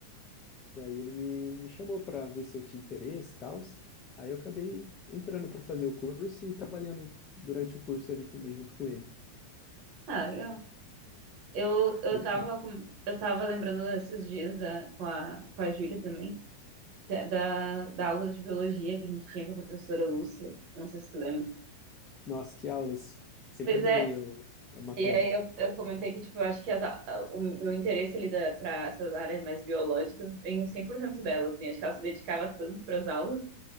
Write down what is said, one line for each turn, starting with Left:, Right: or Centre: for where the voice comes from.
Left: Daí ele me, me chamou para ver se eu tinha interesse e tal. Aí eu acabei entrando para fazer o curso e trabalhando durante o curso ali também junto com ele.
Right: ah, legal. Eu, eu
Left: Bem
Right: tava,
Left: legal.
Right: com- eu tava lembrando esses dias da, com a, com a Júlia também, da, da da aula de biologia que a gente tinha com a professora Lúcia. Não sei se tu lembra.
Left: Nossa, que aulas. Sempre
Right: Pois
Left: adorei
Right: é,
Left: o- a matéria.
Right: e aí eu, eu comentei que, tipo, eu acho que as, a- a- o meu interesse ali da, pra essas áreas mais biológicas vem 100% dela, assim. Acho que ela se dedicava tanto pras aulas